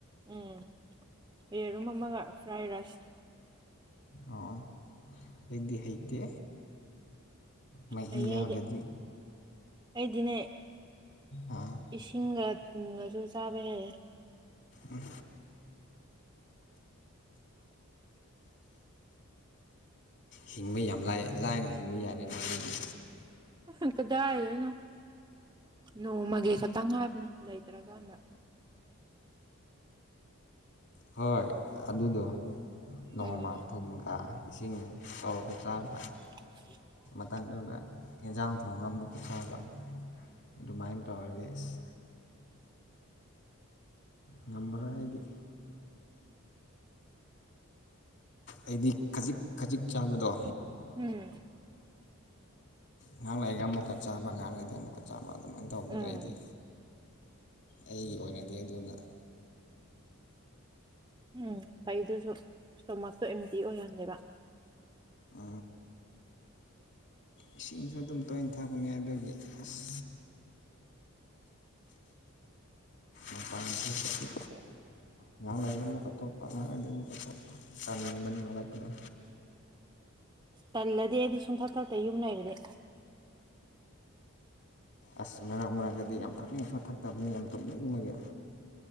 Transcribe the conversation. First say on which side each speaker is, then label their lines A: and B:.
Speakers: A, on the right; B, on the left.
A: ꯎꯝ ꯄꯔꯨꯝ ꯑꯃꯒ ꯐ꯭ꯔꯥꯏ ꯔꯥꯏꯁ
B: ꯑꯣ ꯑꯩꯗꯤ ꯍꯩꯗꯤ ꯃꯍꯤ
A: ꯍꯩꯌꯦ
B: ꯌꯥꯒꯗꯤ
A: ꯑꯩꯗꯤ ꯑꯩꯗꯤꯅꯦ
B: ꯑꯥ
A: ꯏꯁꯤꯡꯒ ꯊꯨꯝꯒꯁꯨ ꯆꯥꯕ ꯍꯩꯑꯦ
B: ꯎꯝ ꯍꯤꯡꯕ ꯌꯥꯝ ꯂꯥꯏ ꯂꯥꯏꯅ ꯍꯤꯡꯕ ꯌꯥꯔꯦꯅ ꯑꯗꯨꯗꯤ
A: ꯍꯅ ꯀꯗꯥꯑꯅ ꯅꯣꯡꯃꯒꯤ ꯈꯇꯪ ꯍꯥꯏꯕꯅ ꯂꯩꯇ꯭ꯔꯀꯥꯟꯗ
B: ꯍꯣꯏ ꯑꯗꯨꯗꯣ ꯅꯣꯡꯃ
A: ꯎꯝ
B: ꯊꯨꯝꯒ ꯏꯁꯤꯡ ꯇꯧꯔꯒ ꯆꯥꯕ
A: <inaudible>
B: ꯃꯇꯥꯡꯗꯨꯅ ꯌꯦꯟꯖꯥꯡ ꯊꯣꯡꯒ ꯑꯃꯨꯛꯀ ꯆꯕ ꯑꯗꯨꯃꯥꯏꯅ ꯇꯥꯔꯁ ꯉꯝꯃꯔ ꯑꯩꯗꯤ ꯑꯩꯗꯤ ꯈꯖꯤꯛ ꯈꯖꯤꯛ ꯆꯥꯕꯗꯣ
A: ꯎꯝ
B: ꯉꯍꯥꯡ ꯂꯩꯒ ꯑꯃꯨꯛꯀ ꯆꯥꯕ ꯉꯍꯥꯡ ꯂꯩꯉꯩꯗꯒꯤ ꯑꯃꯨꯛꯀ ꯆꯥꯕ ꯑꯗꯨꯃꯥꯏꯅ ꯇꯧꯕꯗ
A: ꯎꯝ
B: ꯑꯩꯗꯤ ꯑꯩꯒꯤ ꯑꯣꯏꯅꯗꯤ ꯑꯗꯨꯅ
A: ꯎꯝ ꯐꯩꯗꯨꯁꯨ ꯏꯁꯇꯣꯃꯛꯇꯣ ꯑꯦꯝꯇꯤ ꯑꯣꯏꯍꯟꯅꯦꯕ
B: ꯑ ꯏꯁꯤꯡꯁꯨ ꯑꯗꯨꯝ ꯇꯣꯏꯅ ꯊꯥꯛꯄꯅꯦ ꯑꯗꯨꯒꯤ ꯑꯁ ꯃ ꯄꯥꯡꯁꯨꯄꯤ ꯉ ꯂꯩ ꯑꯝ ꯃꯀ ꯇꯣꯛꯄ ꯉꯖꯝ ꯃꯀ ꯇꯣꯛꯄ ꯀ ꯃꯕꯥꯅꯤ ꯍꯔꯣꯏ ꯇꯗ
A: ꯇꯜꯂꯗꯤ ꯑꯩꯗꯤ ꯁꯨꯡꯊꯛ ꯊꯛꯇ ꯌꯨꯝ ꯂꯩꯔꯗꯤ
B: ꯑꯁ ꯃꯔꯛ ꯃꯔꯛꯇꯗꯤ ꯌꯥꯝ ꯊꯥꯛꯅꯤꯡ ꯊꯛꯇꯕꯅꯤ ꯌꯥꯝ ꯇꯨꯞꯅꯤꯡꯕꯒꯤ